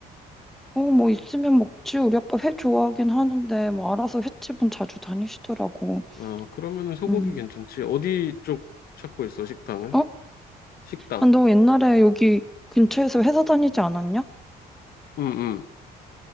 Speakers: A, in the centre; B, on the left.
A: 어, 뭐 있으면 먹지. 우리 아빠 회 좋아하긴 하는데 뭐 알아서 횟집은 자주 다니시더라고.
B: 어, 그러면은 소고기
A: 음.
B: 괜찮지. 어디 쪽 찾고 있어, 식당은?
A: 어?
B: 식당.
A: 아, 너 옛날에 여기 근처에서 회사 다니지 않았냐?
B: 음, 음.